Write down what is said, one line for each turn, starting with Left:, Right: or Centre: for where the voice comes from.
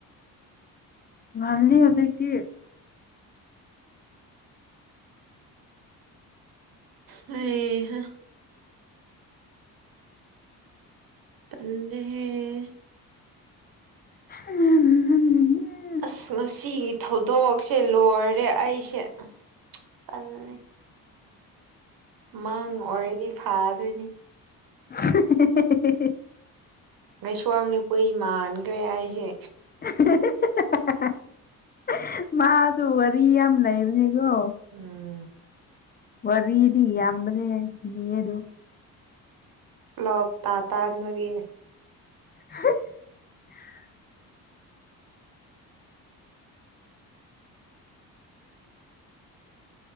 Left: ꯉꯜꯅꯤ ꯍꯧꯖꯤꯛꯇꯤ꯫
Right: ꯍꯩꯍꯥ꯫ ꯇꯜꯂꯦꯍꯦ꯫
Left: ꯎꯝ <inaudible>
Right: ꯑꯁ! ꯉꯁꯤꯒꯤ ꯊꯧꯗꯣꯛꯁꯦ ꯂꯣꯏꯔꯦ ꯑꯩꯁꯦ___ ꯇꯜꯂꯦ꯫꯫ ꯃꯥꯡ ꯑꯣꯏꯔꯗꯤ ꯐꯥꯗꯣꯏꯅꯤ꯫
Left: <inaudible>
Right: ꯉꯩꯁꯋꯥꯡꯅꯤꯄꯨꯏ ꯃꯥꯟꯈ꯭ꯔꯦ ꯑꯩꯏꯁꯦ꯫
Left: <unintelligible> ꯃꯥꯁꯨ ꯋꯥꯔꯤ ꯌꯥꯝ ꯂꯩꯕꯅꯦꯀꯣ꯫
Right: ꯎꯝ
Left: ꯋꯥꯔꯔꯤꯗꯤ ꯌꯥꯝꯕꯅꯦ ꯅꯔꯗꯨ꯫
Right: ꯂꯣꯕ ꯇꯥ ꯇꯥꯟꯑꯣꯏꯕꯤ꯫
Left: <inaudible>